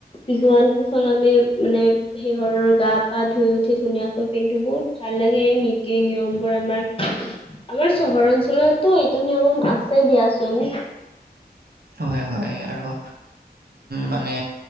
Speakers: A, on the left (about 30°); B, on the right (about 65°).
A: বিহুৱান কেইখন আমি মানে হেহৰ গা পা ধুই উঠি ধুনীয়াকৈ পিন্ধো বহুত ভাল লাগে এই নীতি নিয়ম বোৰ আমাৰ। আমাৰ চহৰ অঞ্চলতো এইটো নিয়ম আছে দিয়াচোন।
B: হয় হয় আৰু মানে